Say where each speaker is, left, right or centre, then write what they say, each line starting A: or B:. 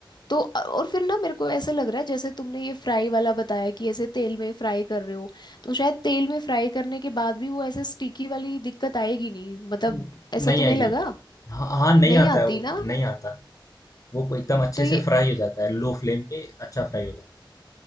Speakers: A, on the left; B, on the left.
A: तो अ- और फिर ना मेरे को ऐसे लग रहा है जैसे तुमने ये फ्राई वाला बताया कि ऐसे तेल में फ्राई कर रहे हो तो शायद तेल में फ्राई करने के बाद भी वो ऐसे स्टिकी वाली दिक्कत आएगी नहीं मतलब
B: न-
A: ऐसा
B: नहीं
A: तुम्हें
B: आएगी
A: लगा
B: हाँ हाँ नहीं
A: नहीं
B: आता
A: आती
B: है वो
A: ना
B: नहीं आता वो एकदम अच्छे
A: तो ये
B: से फ्राई हो जाता है लो फ्लेम पे अच्छा फ्राई हो जाता